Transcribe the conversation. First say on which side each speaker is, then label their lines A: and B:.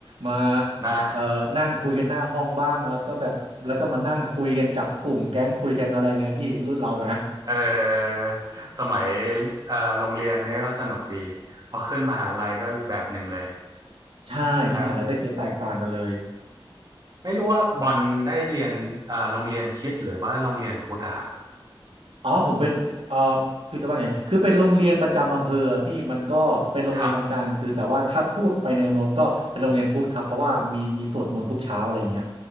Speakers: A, on the right (about 80°); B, on the right (about 45°).
A: มา
B: นะ
A: เอ่อนั่งคุยกันหน้าห้องบ้างแล้วก็แบบแล้วก็มานั่งคุยกันจับกลุ่มแก๊งคุยกันอะไรเงี้ยพี่รุ่นเรานะ
B: เออสมัยเอ่อโรงเรียนเนี้ยก็สนุกดีพอขึ้นมหาลัยก็อีกแบบหนึ่งเลย
A: ใช่พี่มหาลัยก็จะแตกต่างกันเลย
B: นะไม่รู้ว่าบอลได้เรียนเอ่อโรงเรียนคริสต์หรือว่าโรงเรียนพุทธอะครับ
A: อ๋อผมเป็นเอ่อคือจะว่าไงคือเป็นโรงเรียนประจำอำเภออะพี่มันก็เป็นโรงเรียนกลางๆคือแต่ว่าถ้าพูดไปแนวโน้มก็เป็นโรงเรียนพุทธครับเพราะว่ามีมีสวดมนต์ทุกเช้าอะไรเงี้ย
B: ครับ